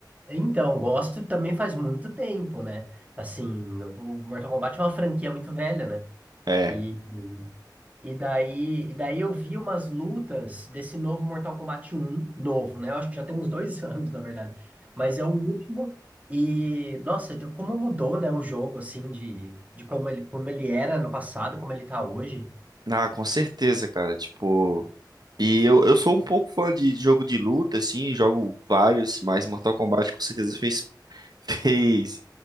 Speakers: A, on the right; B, on the right.
A: então, gosto também faz muito tempo, né? Assim, o Mortal Kombat é uma franquia muito velha, né?
B: É.
A: E E daí, e daí eu vi umas lutas desse novo Mortal Kombat um novo, né? Eu acho que já tem uns dois <laughs> anos, na verdade. Mas é o último. E, nossa, deu- como mudou, né, o jogo, assim, de, de como ele, como ele era no passado, como ele tá hoje.
B: Ah, com certeza, cara. Tipo. E eu, eu sou um pouco fã de jogo de luta, assim, jogo vários, mas Mortal Kombat com certeza fez. <laughs> Fez.